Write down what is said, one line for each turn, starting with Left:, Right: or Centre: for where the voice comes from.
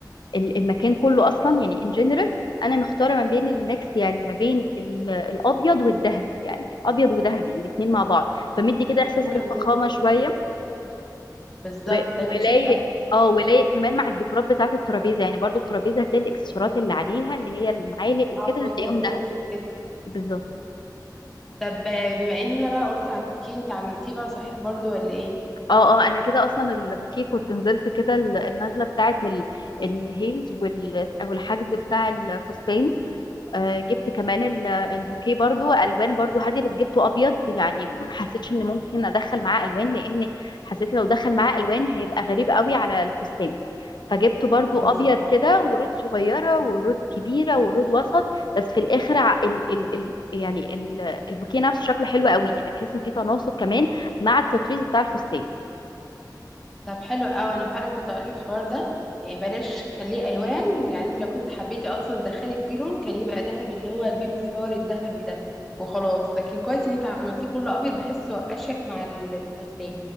Left: ال- المكان كله اصلا يعني ان جنرال انا مختاره ما بين الميكس يعني ما بين ال... الابيض والذهبي يعني ابيض وذهبي الاتنين مع بعض فمدي كده احساس
Centre: حلو
Left: بالفخامه
Centre: جدا
Left: شويه
Centre: بالظبط
Left: و- ولايق
Centre: هيبقى شيك
Left: اه ولايق كمان مع الديكورات بتاعة الترابيزة يعني برضو الترابيزة هتلاقي الاكسسوارات اللي عليها اللي هي المعالق وكده
Centre: اه والبنات
Left: هتلاقيهم دهب
Centre: وكده
Left: بالظبط
Centre: طب بما اننا بقى قلتي على البوكيه انت عملتيه بقى صحيح برضو ولا ايه
Left: اه اه انا كده اصلا البوكيه كنت نزلت كده ال- النازلة بتاعة ال- الهيلز وال- او الحجز بتاع الفستان آه، جبت كمان ال- البوكيه برضو الوان برضو هاديه بس جبته ابيض يعني ما حسيتش ان ممكن ادخل معاه الوان لان حسيت لو دخل معاه الوان هيبقى غريب قوي على الفستان فجبته برضو
Centre: بالظبط
Left: ابيض كده ورود صغيره ورود كبيره ورود وسط بس في الاخر ع- ال ال ال يعني ال البوكيه نفسه شكله حلو قوي يعني تحس ان في تناسق كمان مع التطريز بتاع الفستان
Centre: طب حلو قوي انا فعلا كنت اقول لك الحوار ده إيه بلاش خليه الوان يعني انت لو كنت حبيتي اصلا تدخلي فيه لون كان يبقى ذهبي اللي هو البيبي فلور الذهبي ده وخلاص لكن كويس ان انت عملتيه كله ابيض بحسه اشيك مع الفستان